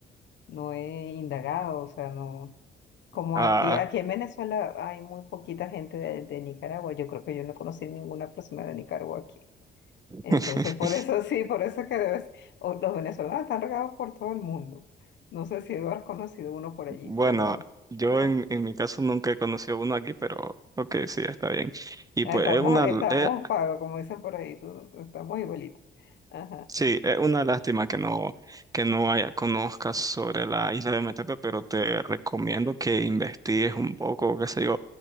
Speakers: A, on the left; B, on the right.
A: no he indagado, o sea, no. Como
B: Ah,
A: aquí, aquí en Venezuela hay muy poquita gente de, de Nicaragua, yo creo que yo no conocí ninguna persona de Nicaragua aquí.
B: <laughs>
A: Entonces, por eso sí, por eso es que debes, o los venezolanos están regados por todo el mundo. No sé si tú has conocido uno por allí,
B: bueno,
A: pero
B: yo
A: ah,
B: en, en mi caso nunca he conocido uno aquí, pero ok, sí, está bien. Y
A: estamos,
B: pues es una,
A: estamos
B: eh,
A: pagos, como dicen por ahí, tú- estamos igualitos. Ajá.
B: sí, es una lástima que no, que no haya, conozcas sobre la isla de Ometepe, pero te recomiendo que investigues un poco, qué sé yo,